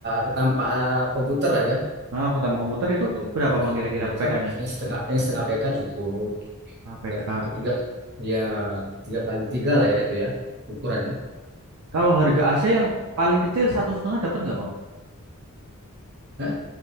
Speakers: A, on the right; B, on the right.
A: eh, tanpa komputer lah ya,
B: Nah, ketambah komputer
A: tanpa,
B: itu
A: kom-
B: berapa Bang
A: tanpa
B: kira-kira
A: komputer
B: PK-nya?
A: yang setengah yang setengah PK cukup
B: Nah, PK.
A: untuk tiga ya tiga kali tiga lah ya itu ya ukurannya.
B: Kalau harga AC yang paling kecil satu setengah dapat nggak Bang?
A: Hah?